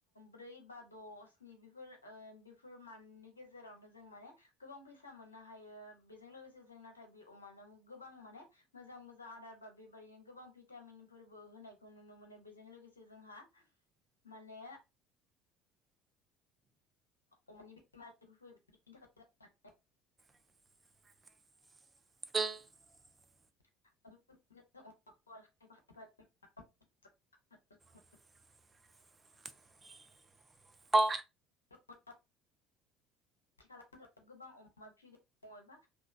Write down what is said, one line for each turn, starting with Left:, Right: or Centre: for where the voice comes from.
Left: ब्रै बा द' स्नि बेफोर बेफोर माननि गेजेरावनो जों माने गोबां फैसा मोननो हायो बेजों लोगोसे जों नाथाय बे अमानो गोबां मान मोजां मोजां आदार बा बेबायदिनो गोबां भिटामिनफोरबो होनायखौ नुनो मोनो। जों लोगोसे जोंहा माने अमानि बेमार जाफैयैनि थाखाय
Right: उम
Left: <unintelligible>
Right: <inaudible> अ
Left: अ <unintelligible> खाथि खालाफोराव गोबां अमा फिग्रा दङ एबा